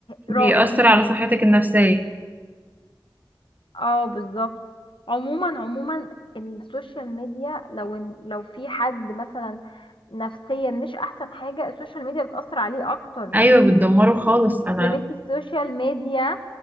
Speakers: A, on the right; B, on the left.
A: بيأثر
B: راحت
A: على صحتك النفسية
B: اه بالظبط عموما عموما السوشيال ميديا لو إن لو في حد مثلا نفسيا مش احسن حاجة السوشيال ميديا بتأثر عليه اكتر
A: ايوه بتدمره خالص انا
B: يا بنتي السوشيال ميديا